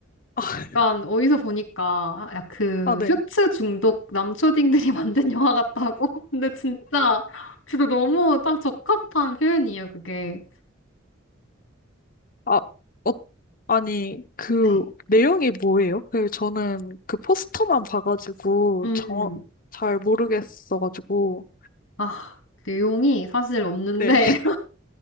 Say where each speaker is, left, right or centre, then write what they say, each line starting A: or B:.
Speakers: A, on the left (about 45°); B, on the left (about 80°).
A: 아,
B: 약간 어디서 보니까 아, 야, 그
A: 아, 네.
B: 쇼츠 중독 남초딩들이 <laughs> 만든 영화 같다고? <laughs> 근데 진짜 진짜 너무 딱 적합한 표현이에요, 그게.
A: 아, 어, 아니, 그
B: 네.
A: 내용이 뭐예요? 그 저는 그 포스터만 봐가지고
B: 음.
A: 정, 잘 모르겠어가지고.
B: 아, 내용이 사실 없는데
A: 네.